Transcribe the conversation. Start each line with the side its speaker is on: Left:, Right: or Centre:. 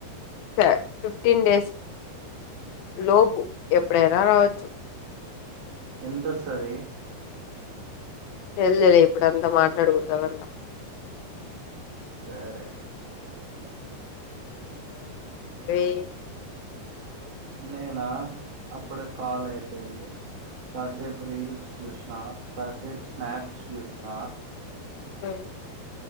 Left: స ఫిఫ్టీన్ డేస్ లోపు ఎప్పుడైనా రావచ్చు
Right: ఎంత వస్తది
Left: తెల్లేలే ఇప్పుడంతా మాట్లాడకూడదు అదంతా
Right: సరే
Left: రీ
Right: నేనా అప్పుడే కాల్ అయిపోయింది కాసెప్ రీల్స్ చూసినా కాసేపు స్నాప్స్ చూసిన
Left: అ